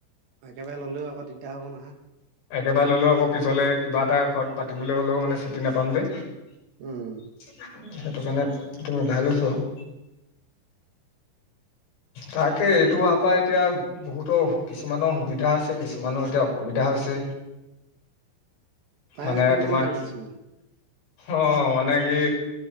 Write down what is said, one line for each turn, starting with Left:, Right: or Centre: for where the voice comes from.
Right: একেবাৰে ল'লেও আকৌ দিগদাৰ হ'ব নহয়।
Left: একেবাৰে ললেও আকৌ পিছলে কিবা এটা ঘৰত পাতিবলৈ হ'লেও মানে ছুটি নেপাম যে। সেইটো
Right: উম
Left: কাৰণে এইটো মিলাই লৈছোঁ আৰু। তাকে এইটো হোৱা পা এতিয়া বহুতৰ কিছুমানৰ সুবিধা হৈছে কিছুমানৰ এতিয়া অ সুবিধা হৈছে
Right: প্ৰায়
Left: মানে
Right: অসুবিধাই
Left: তোমাৰ?
Right: হ'বচোন আৰু।
Left: অ মানে কি?